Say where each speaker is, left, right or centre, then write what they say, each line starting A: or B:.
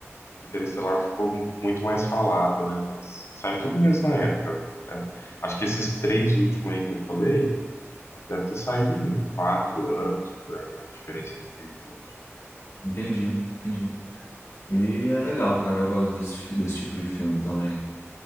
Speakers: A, on the left; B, on the left.
A: Interestelar ficou muito mais falado, né? Mas saiu tudo mesmo na época. É, Acho que esses três últimos aí que eu falei, deve ter saído em quatro anos, por aí, a diferença entre um e outro.
B: entendi, entendi. E é legal, cara, eu gosto desse, fi- desse tipo de filme também.